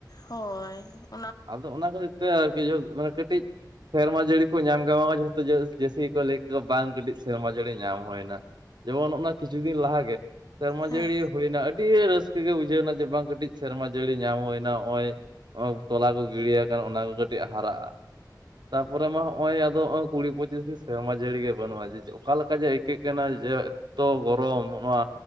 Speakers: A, on the left (about 60°); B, on the right (about 80°).
A: ᱦᱳᱭ ᱾
B: ᱟᱫᱚ ᱚᱱᱟ ᱠᱷᱟᱹᱛᱤᱨ ᱛᱮ ᱟᱨᱠᱤ <unintelligible> ᱢᱟᱱᱮ ᱠᱟᱹᱴᱤᱡ ᱥᱮᱨᱢᱟ ᱡᱟᱹᱲᱤ ᱠᱚ ᱧᱟᱢ ᱠᱮᱫ ᱵᱟᱝ ᱡᱚᱛᱚ ᱡᱟᱹᱥᱛᱤ ᱠᱚ ᱞᱟᱹᱭ ᱠᱮᱣᱟ ᱵᱟᱝ ᱠᱟᱹᱴᱤᱡ ᱥᱮᱨᱢᱟ ᱡᱟᱹᱲᱤ ᱧᱟᱢ ᱦᱩᱭᱮᱱᱟ ᱾ ᱡᱮᱢᱚᱱ ᱚᱱᱟ ᱠᱤᱪᱷᱩ ᱫᱤᱱ ᱞᱟᱦᱟ ᱜᱮ ᱥᱮᱨᱢᱟ
A: ᱦᱮᱸ
B: ᱡᱟᱹᱲᱤ ᱦᱩᱭᱮᱱᱟ ᱟᱹᱰᱤ ᱨᱟᱹᱥᱠᱟᱹ ᱜᱮ ᱵᱩᱡᱷᱟᱹᱣ ᱮᱱᱟ ᱡᱮ ᱵᱟᱝ ᱠᱟᱹᱴᱤᱡ ᱥᱮᱨᱢᱟ ᱡᱟᱹᱲᱤ ᱧᱟᱢ ᱦᱩᱭᱮᱱᱟ ᱦᱚᱜ-ᱚᱭ ᱾ ᱛᱚᱞᱟ ᱠᱚ ᱜᱤᱲᱤᱭᱟᱠᱟᱱ ᱚᱱᱟ ᱠᱚ ᱠᱟᱹᱴᱤᱡ ᱦᱟᱨᱟᱜ-ᱟ ᱾ ᱛᱟᱯᱚᱨᱮ ᱢᱟ ᱦᱚᱸᱜ-ᱚᱭ ᱟᱫᱚ ᱦᱚᱜ-ᱚᱭ ᱠᱩᱲᱤ ᱯᱚᱸᱪᱤᱥ ᱥᱮᱨᱢᱟ ᱡᱟᱹᱲᱤ ᱜᱮ ᱵᱟᱹᱱᱩᱜ-ᱟ ᱡᱮ ᱚᱠᱟ ᱞᱮᱠᱟ ᱡᱮ ᱠᱟᱹᱜ ᱠᱟᱱᱟ ᱡᱮ ᱮᱛᱚ ᱜᱚᱨᱚᱢ ᱱᱚᱣᱟ